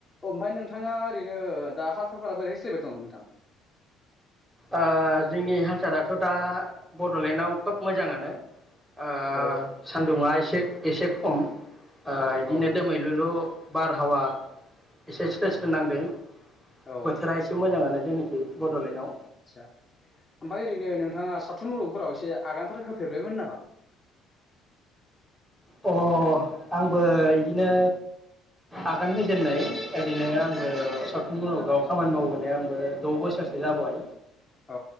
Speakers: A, on the left (about 20°); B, in the centre.
A: ओमफाय नोंथाङा ओरैनो दा हारसाालफोरा बोरै सोलिबाय दं नोंथां?
B: आ जोंनि हालसाराथ दा बडलेण्डआव खोब मोजाङानो। ओ
A: औ
B: सान्दुङा एसे एसे खम ओ इदिनो
A: औ
B: दोमैलुलु बारहावा एसे स्रो स्रो नांदों।
A: औ
B: बोथोरा एसे मोजाङानो जोंनिखि बडलेण्डआव
A: <unintelligible> ओमफाय ओरैनो नोंथाङा सावथुन मुलगफोराव एसे आगानफोर हो फेरबायमोन नामा?
B: अ आंबो इदिनो आगान होजेननाय। ओरैनो आंबो
A: औ
B: साव थुन मुलुगाव खामानि मावबोनाया आंबो द' बोसोरसो जाबोबाय।
A: औ